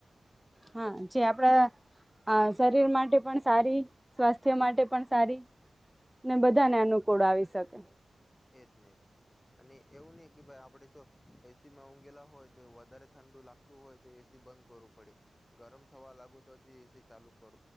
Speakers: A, in the centre; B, on the left (about 20°).
A: હા જે આપડા હ શરીર માટે પણ સારી સ્વાસ્થ્ય માટે પણ સારી ને બધાને અનુકૂળ આવી શકે
B: એજ નહી અને એવું નહી કે ભાઈ આપણેે જો એસીમાં ઊંઘેલા હોય તો વધારે ઠંડુ લાગતું હોય તો એસી બંધ કરવું પડે ગરમ થવા લાગુ તો જ એસી ચાલુ કર